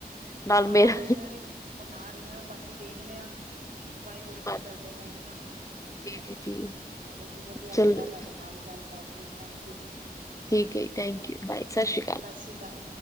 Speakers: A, on the left; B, on the right.
A: ਨਾਲ
B: ਹਾਂ
A: ਮੇਰਾ
B: ਮੈਂ ਵੀ ਬਣਾ ਰਹੀ ਆ ਬਾਕੀ ਦੇਖਦੇ ਆ ਵਾਹਿਗੁਰੂ ਕੀ
A: ਹਾਂਜੀ
B: ਕਰਦੇ ਨੇ ਹਨਾ
A: ਜੀ ਜੀ ਜੀ
B: ਚਲੋ ਜੀ ਵਧੀਆ
A: ਚਲੋ
B: ਲੱਗਾ ਤੁਹਾਡੇ ਨਾਲ ਗੱਲ ਕਰਕੇ ਥੈਂਕ ਯੂ ਜੀ।
A: Okay thank you bye. ਸਤਿ ਸ਼੍ਰੀ ਅਕਾਲ
B: ਸਸ ਰੀ ਕਾਲ।